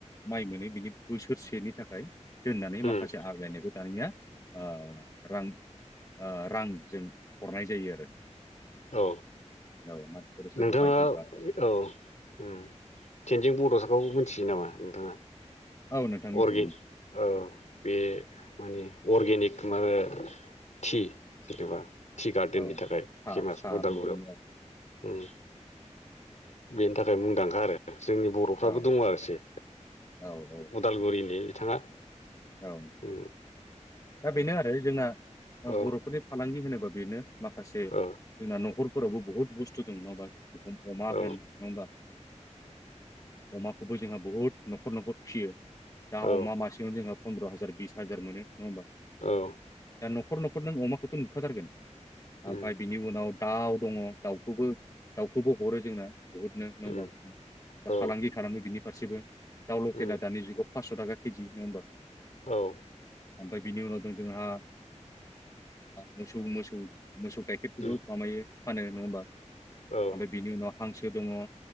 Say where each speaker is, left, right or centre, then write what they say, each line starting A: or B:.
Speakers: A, on the left; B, on the left.
A: माइ मोनो बिनि बोसोरसेनि थाखाय दोननानै
B: उम
A: माखासे आग्लायनायखौ दानिया ओ रां रांजों हरनाय जायो आरो
B: औ
A: औ मानसिफोर सोरबा
B: नोंथाङा
A: बायफैबा
B: औ उम थेनजिं बड' हाबाखौबो मिथियो नामा नोंथाङा
A: औ नोंथां मिथिगौ
B: अर्गे औ बे माने अर्गेनिक <unintelligible> टि जेनेबा टि गार्देननि
A: औ
B: थाखाय
A: सा
B: फेमास
A: सा
B: उदालगुरियाव
A: बर'नो आरो
B: उम बेनि थाखाय मुंदांखा आरो जोंनि बर'फ्राबो
A: औ
B: दङ आरोखि
A: औ औ
B: उदालगुरिनि बिथाङा
A: औ
B: उम
A: दा बेनो आरो जोंना
B: औ
A: बर'फोरनि फालांगि होनोबा बेनो माखासे
B: औ
A: जोंना न'खरफोरावबो बहुत बुस्थु दं नङा होमबा अमा
B: औ
A: होन नङा होमबा अमाखौबो जोंहा बुहुद न'खर न'खर फिसियो दा
B: औ
A: अमा मासेयाव जोंङो पन्द्र हाजार बिस हाज मोन नङा होमबा
B: औ
A: दा न'खर न'खर नों अमाखौथ' नुखाथारगोन
B: उम
A: ओमफ्राय बिनि उनाव दाउ दङ दाउखौबो दाउखौबो हरो जोंना बहुदनो नङा
B: उम
A: होमबा दा
B: औ
A: फालांगि खालामो बिनि फारसेबो दाउ लकेना
B: उम
A: दानि जुगाव फासस थाखा केजि नङा होमबा
B: औ
A: ओमफ्राय बिनि उनाव दं जोंहा मोसौ मोसौ मोसौ गाइखेरखौबो
B: उम
A: माबायो फानो नङा होमबा
B: औ
A: ओमफ्राय बिनि उनाव हांसो दङ